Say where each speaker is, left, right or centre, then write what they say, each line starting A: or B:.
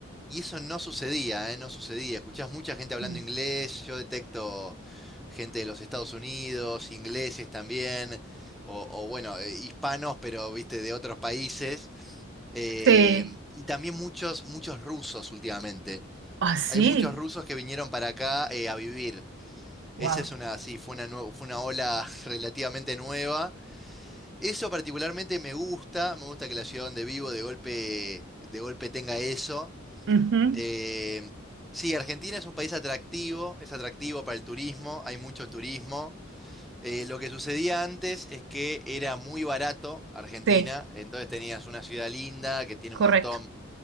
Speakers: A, in the centre; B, on the right (about 60°).
A: y eso no sucedía, eh, no sucedía. Escuchás mucha gente hablando
B: Mm.
A: inglés, yo detecto gente de los Estados Unidos, ingleses también, o, o bueno, eh, hispanos, pero viste, de otros países, eh,
B: Sí.
A: y también muchos, muchos rusos últimamente.
B: Así.
A: Hay muchos rusos que vinieron para acá eh, a vivir.
B: Wow.
A: Esa es una, sí, fue una, nue- fue una ola <laughs> relativamente nueva. Eso particularmente me gusta, me gusta que la ciudad donde vivo de golpe, de golpe tenga eso.
B: <laughs> Ujú,
A: Eh, sí, Argentina es un país atractivo, es atractivo para el turismo, hay mucho turismo. Eh, lo que sucedía antes es que era muy barato Argentina,
B: Sí,
A: entonces tenías una ciudad linda que tiene
B: correcto.
A: un montón